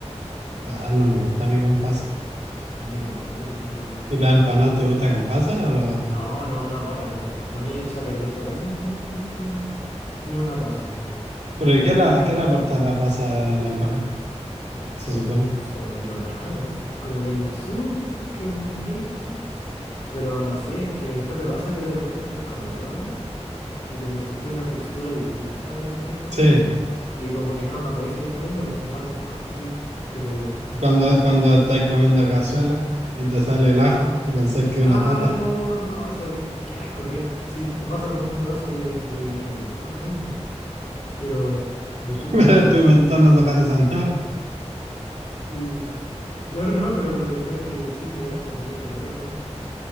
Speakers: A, on the right (about 80°); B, on the left (about 80°).
A: Ah, no me gusta a mí con pasa.
B: Sí, a mí tampoco, pero...
A: ¿Y la empanada te gusta con pasa? O...
B: No, no, no, guácala, guácala. Para mí echa a perder totalmente la experiencia si tiene una pasa así.
A: ¿Pero
B: Al
A: ¿y
B: ver,
A: qué la- qué le aporta la pasa a la empanada?
B: en-
A: Se
B: según,
A: supone.
B: según yo, nada, así. Como que en el sur dicen que es rico así. Pero no sé, es que ¿no te pasa que de repente estés comiendo algo? Y como sentía una textura distinta a lo que estáis comiendo.
A: Sí,
B: Y como que no, no podéis seguir comiendo, me da como asco así. Tipo,
A: cuando, cuando estáis comiendo cazuela y te sale el ajo y pensás que
B: ah,
A: es una papa.
B: no, no, o sea, qué, qué asco, qué asco. Sí, me pasa con un pedazo de, de pimentón a veces. Pero cuando estoy
A: <laughs>
B: comiendo...
A: Pero pimentón no se parece a nada.
B: y- No, no, pero me refiero a que sin mirar, pues me lo echo a la boca nomás.